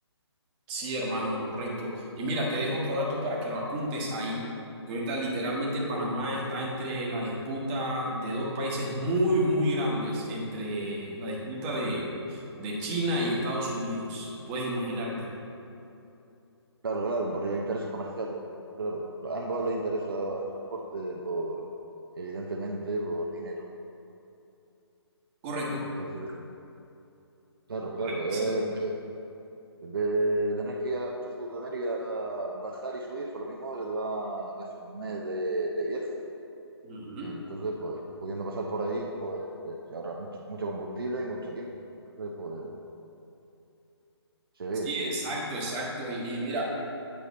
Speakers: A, on the right (about 20°); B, on the right (about 55°).
A: sí, hermano, correcto. Y mira, te dejo otro dato para que lo apuntes ahí. que Ahorita literalmente Panamá
B: Dime, dime.
A: está entre la disputa de dos países muy, muy grandes, entre la disputa de, de China y Estados Unidos. Puedes imaginarte.
B: Claro, claro, porque hay intereses comerciales. Claro, a ambos les interesa el transporte por, evidentemente, por dinero.
A: Correcto.
B: Entonces, claro, claro,
A: Correctísimo.
B: eh, eh, de tener que ir hasta Sudamérica, bajar y subir, por lo mismo se te va casi un mes de, de viaje.
A: Ujú.
B: Entonces, pues, pudiendo pasar por ahí, pues, joder, se ahorra mucho, mucho combustible y mucho tiempo. Entonces, pues, se ve,
A: Sí,
B: se
A: exacto,
B: ve.
A: exacto. Y, y mira,